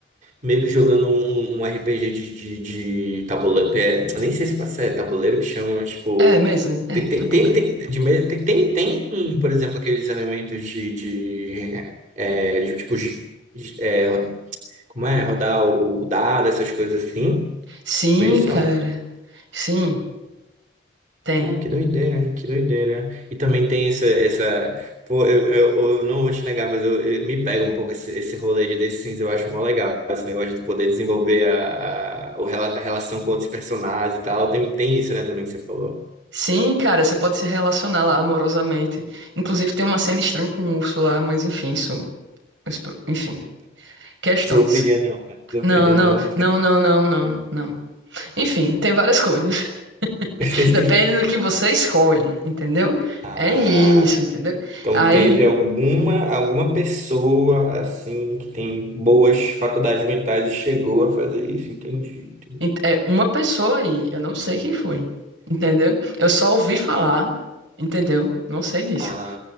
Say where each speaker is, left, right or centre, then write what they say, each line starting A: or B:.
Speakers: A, on the right (about 40°); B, on the right (about 85°).
A: meio que jogando um, um RPG de, de, de tabuleiro. É, eu nem sei se passa- é tabuleiro que chama, mas tipo.
B: É, mesa, é,
A: Tem, tem,
B: tabuleiro.
A: tem, tem, de mesa, tem, tem, tem, por exemplo, aqueles elementos de, de, é, de, tipo, de- de- é, ro- como é, rodar o, o dado, essas coisas assim.
B: Sim,
A: Tipo isso,
B: cara.
A: não?
B: Sim, tem.
A: Cara, que doideira, que doideira. E também tem essa, essa, pô, eu, eu, eu não vou te negar, mas eu, eu- me pega um pouco esse, esse rolê de The Sims, eu acho mó legal, esse negócio de tu poder desenvolver a, a, o rela- a relação com outros personagens e tal. Tem, tem isso, né, também que você falou.
B: Sim, cara, você pode se relacionar lá amorosamente. Inclusive tem uma cena estranha com o urso lá, mas enfim, isso, isso- enfim, questões.
A: Zoofilia não, né? Zoofilia
B: Não, não,
A: não.
B: não, não, não, não, não. Enfim, tem várias coisas. <laughs>
A: <laughs>
B: Depende do que você escolhe, entendeu?
A: Ah,
B: É isso, entendeu?
A: então
B: Aí
A: teve alguma alguma pessoa assim que tem boas faculdades mentais e chegou a fazer isso, entendi, entendi.
B: Ent- É uma pessoa aí, eu não sei quem foi, entendeu? Eu só ouvi falar, entendeu? Não sei disso,
A: Ah,